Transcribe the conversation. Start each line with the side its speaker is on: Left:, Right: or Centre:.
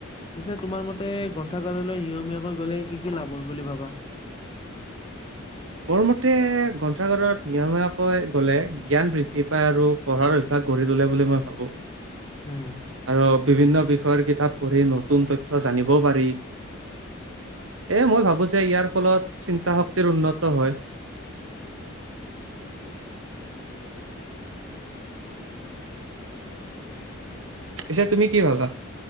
Left: পিছে তোমাৰ মতে ততে গ্ৰন্থাগাৰলৈ নিয়মীয়াকৈ গ'লে কি, কি লাভ হয় বুলি ভাবা?
Right: মোৰ মতে গ্ৰন্থাগাৰত নিয়মীয়াকৈ গ'লে জ্ঞান বৃদ্ধি পায় আৰু পঢ়াৰ অভ্যাস গঢ়ি তোলে বুলি মই ভাবোঁ।
Left: উম,
Right: আৰু বিভিন্ন বিষয়ৰ কিতাপ পঢ়ি, নতুন তথ্য জানিবও পাৰি। এ মই ভাবোঁ যে, ইয়াৰ ফলত চিন্তা শক্তিৰ উন্নত হয়। পিছে তুমি কি ভাবাঁ?